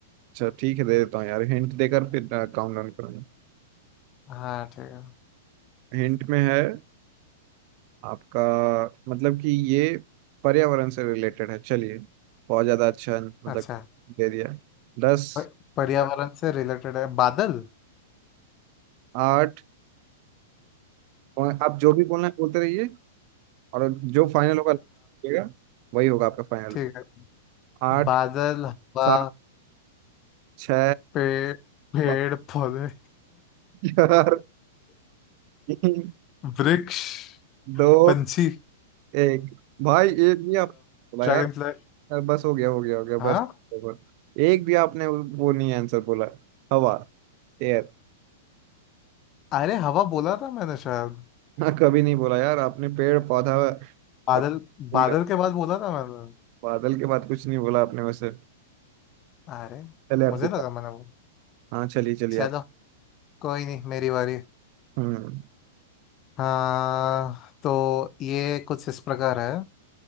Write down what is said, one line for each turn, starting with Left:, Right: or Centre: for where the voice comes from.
Right: अच्छा ठीक है दे देता हूँ यार हिंट देकर फिर काउंट डाउन करूंगा
Left: हाँ ठीक है
Right: हिंट में है आपका मतलब कि ये पर्यावरण से रिलेटेड है चलिए बहुत ज्यादा अच्छा मतलब
Left: अच्छा
Right: दे दिया दस
Left: प- पर्यावरण से रिलेटेड है बादल
Right: आठ और आप जो भी बोलना है बोलते रहिए और जो फाइनल होगा बोलिएगा, वही होगा आपका फाइनल
Left: ठीक है
Right: आठ
Left: बादल हवा
Right: सात छ
Left: पेड़ पेड़
Right: पाँच
Left: पौधे
Right: चार तीन
Left: वृक्ष
Right: दो
Left: पंछी
Right: एक भाई एक भी आप बोला
Left: ड्रैगन
Right: यार
Left: फ्लाई
Right: यार बस हो गया हो गया हो गया बस
Left: हाँ
Right: बस। एक भी आपने उस- वो नहीं आंसर बोला हवा एयर
Left: अरे हवा बोला था मैंने शायद
Right: हाँ <laughs> कभी नहीं बोला यार आपने पेड़ पौधा और
Left: बादल
Right: फूल
Left: बादल के बाद बोला था मैंने
Right: बादल के बाद कुछ नहीं बोला आपने वैसे
Left: अरे
Right: चले आपके
Left: मुझे
Right: पास
Left: लगा मैंने वो
Right: हाँ चलिए चलिए
Left: चलो
Right: आप
Left: कोई नहीं मेरी बारी
Right: हम्म
Left: हाँ तो ये कुछ इस प्रकार है